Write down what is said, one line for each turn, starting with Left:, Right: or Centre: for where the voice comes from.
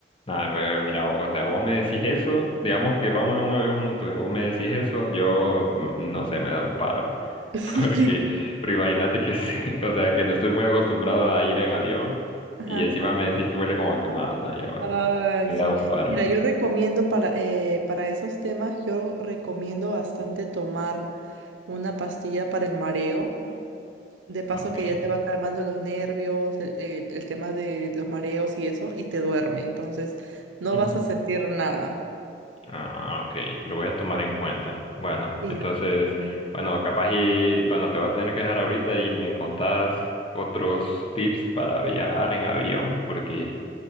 Left: Nada, pero mira, vos, o sea, vos me decís eso, digamos que vamos en un avión juntos y vos me decís eso, yo mm, no sé, me da un paro.
Right: <laughs> Sí.
Left: <laughs> Porque, pero imagínate que <laughs> sí, o sea, que no estoy muy acostumbrado a ir en avión
Right: Ajá.
Left: y encima me decís que huele como a quemado, nada, ya va.
Right: Ay,
Left: Me
Right: sí.
Left: da un paro.
Right: Mira, yo recomiendo para, eh, para esos temas, yo recomiendo bastante tomar una pastilla para el mareo. De paso
Left: Ok.
Right: que ya te va calmando los nervios, el, el- el tema de los mareos y eso, y te duerme. Entonces, no
Left: Ujú.
Right: vas a sentir nada.
Left: Ah, ok, lo voy a tomar en cuenta. Bueno,
Right: Y
Left: entonces,
Right: ya. Sí.
Left: bueno, capaz y, bueno, te voy a tener que dejar ahorita y me contás otros tips para viajar en avión, porque